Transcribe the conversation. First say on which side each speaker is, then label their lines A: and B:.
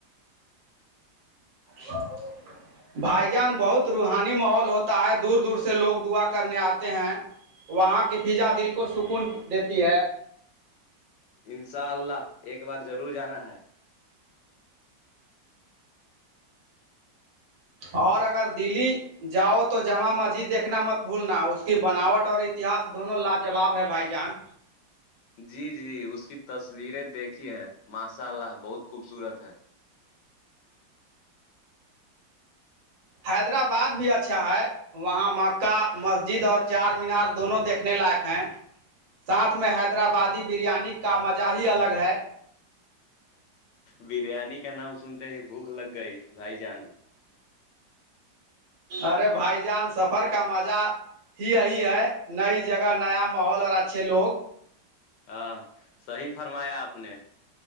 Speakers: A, on the right (about 80°); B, on the left (about 75°).
A: ہ بھائی جان بہت روحانی ماحول ہوتا ہے دور دور سے لوگ دعا کرنے آتے ہیں وہاں کی فضا دل کو سکون دیتی ہے
B: انشاء اللہ ایک بار ضرور جانا ہے
A: اور اگر دلی جاؤ تو جامع مسجد دیکھنا مت بھولنا اس کی بناوٹ اور اتہس دونوں لاجواب ہے بھائی جان
B: جی جی اس کی تصویریں دیکھی ہے ماشاء اللہ بہت خوبصورت ہے
A: حیدرآباد بھی اچھا ہے وہاں مکہ مسجد اور چار مینار دونوں دیکھنے لائق ہیں ساتھ میں حیدرآبادی بریانی کا مزہ ہی الگ ہے
B: بریانی کا نام سنتے ہی بھوک لگ گئی بھائی جان
A: ارے بھائی جان سفر کا مزہ ہی یہی ہے نئی جگہ نیا محول اور اچھے لوگ
B: ہاں صحیح فرمایا آپ نے